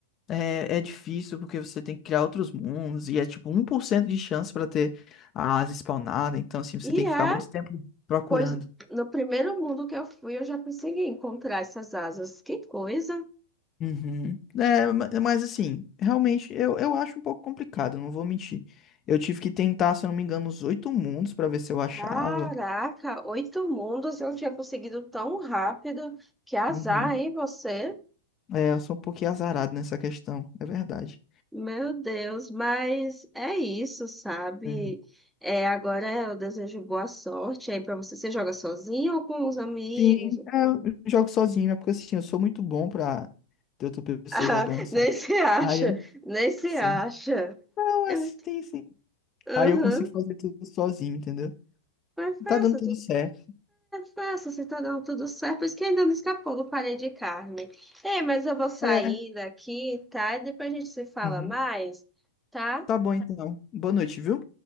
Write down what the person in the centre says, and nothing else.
E
é,
pois no primeiro mundo que eu fui, eu já consegui encontrar essas asas. Que coisa!
Caraca, oito mundos eu tinha conseguido tão rápido. Que azar,
hein, você?
Meu Deus, mas é isso, sabe?
É, agora eu desejo boa sorte aí pra você. Você joga sozinho ou com os amigos?
<laughs>
Ah,
nem se acha,
nem se
acha.
É
muito...
Uhum.
Mas faça,
Faço, você tá dando tudo certo, por isso que ainda não escapou do palha de carne. Ei, mas eu vou sair
daqui, tá? E depois a gente se fala
mais, tá?